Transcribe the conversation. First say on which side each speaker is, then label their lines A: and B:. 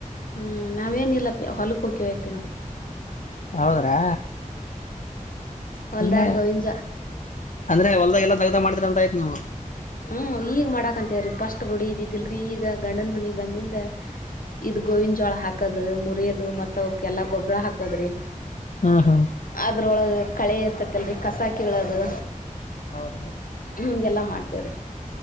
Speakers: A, on the left; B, on the left.
A: ಹ್ಮ್ ನಾವೇಏನ ಇಿಲ್ಲಪ್ಪ ಹೊಲಕ್ ಹೋಗಕಿವವಯಪನ
B: ಹೌದ್ರಾ
A: ಹೊಲ್ದಾಗ
B: ಅಂದೆ
A: ಗೋವಿಂಜ
B: ಅಂದ್ರೆ ಹೊಲದಲ್ಲಿಎಲ್ಲ ಕೆಲಸ ಮಾಡ್ತೀರ ಅಂತ ಅಂತ ಇದನು
A: ಹ್ಮ್ ಈಗ ಮಾಡಕಂತೇವ್ರೀ ಪಫಸ್ಟ್ ರುಡಿ ಇದ್ದಿದ್ದಿಲ್ರರಿ ಈಗ ಗಂಡನ್ ಮನಿಗ್ ಬಂದಿಂದ ಇದ್ ಗೋವಿನ ಜೋಳ ಹಾಕದ ಮುರಿಯೋದು ಮತ್ತತ್ ಅವಕ ಎಲ್ಲಾ ಗೊಬ್ಬ್ರ ಹಾಕದ್ರಿ
B: ಹಾ ಹಾ
A: ಅದ್ರೊಳಗೆ ಕಳೆ ಇರ್ತತಿ ಅಲ್ರರಿ ಕಸಾಕಿಗಳ ಅದು
B: ಹೌದೌದು
A: ಹೀಗೆಲ್ಲ ಮಾಡ್ತೀವ್ರೀ